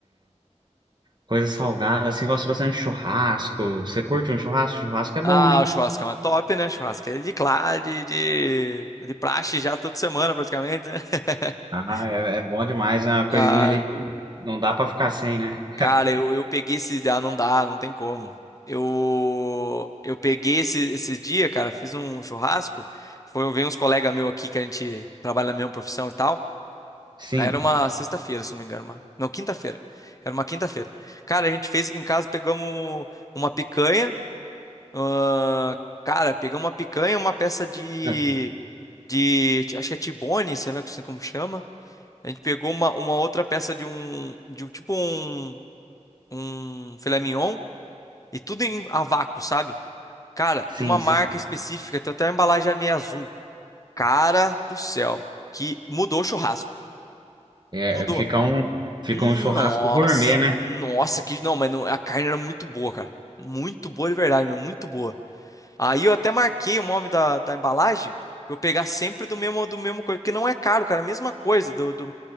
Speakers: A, on the right; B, on the left.
A: Coisa salgada, assim, gosto bastante de churrasco. Você curte um churrasco? Churrasco é bom,
B: Ah,
A: hein?
B: o churrasco é uma top, né? Churrasco é de, clá- de, de, de praxe já toda semana, praticamente, né? <laughs>
A: Ah, é, é bom demais, é uma coisinha
B: Ah.
A: ali que não dá pra ficar sem, né?
B: Cara, eu, eu peguei esse Ah, não dá, não tem como. Eu, eu peguei esse, esses dias, cara, fiz um churrasco. Foi, veio uns colegas meus aqui que a gente trabalha na mesma profissão e tal.
A: Sim,
B: Aí era uma sexta-feira, se não me engano. Uma, não, quinta-feira. Era uma quinta-feira. Cara, a gente fez aqui em casa, pegamos uma picanha. ah, cara, pegamos uma picanha, uma peça de,
A: É,
B: de. Acho que é tibone, sei lá como chama. A gente pegou uma, uma outra peça de um. De um- tipo um. Um filé mignon e tudo em a vácuo, sabe? Cara,
A: sim,
B: de uma marca
A: sim.
B: específica, tem até a embalagem meio azul. Cara do céu, que mudou o churrasco.
A: É,
B: Mudou.
A: é, fica um, fica
B: Nossa,
A: um churrasco gourmet, né?
B: nossa, que não, mas não- a carne era muito boa, cara. Muito boa de verdade, meu, muito boa. Aí eu até marquei o nome da, da embalagem pra eu pegar sempre do mesmo do mesmo coisa, porque não é caro, cara, é a mesma coisa do, do